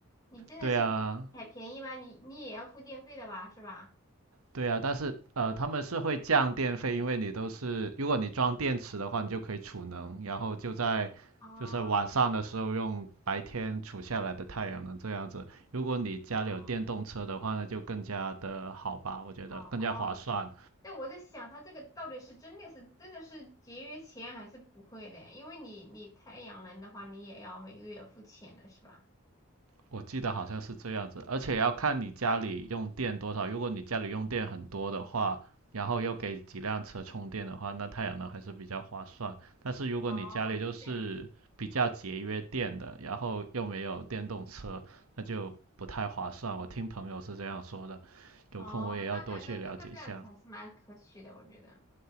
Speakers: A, on the left (about 15°); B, on the right (about 85°).
A: 你真的是还便宜吗？
B: 对啊，
A: 你你也要付电费的吧，是吧？
B: 对啊，但是呃他们是会降电费，因为你都是如果你装电池的话，你就可以储能，然后就在就是晚上的时候用白天储下来的太阳能这样子。
A: 哦，
B: 如果你家里有电动车的话那就更加的好吧，
A: 哦，
B: 我觉得更加划算。
A: 好哦，但我在想，它这个到底是真的是真的是节约钱还是不会的？因为你你太阳能的话，你也要每个月付钱的是吧？
B: 我记得好像是这样子，而且要看你家里用电多少。如果你家里用电很多的话，然后又给几辆车充电的话，那太阳能还是比较划算。但是如果你家里就是比较节约电的，
A: 哦，这样子。
B: 然后又没有电动车，那就不太划算。我听朋友是这样说的，有空我也要多去了解一下。
A: 哦，那那那那那这样子还是蛮可取的，我觉得，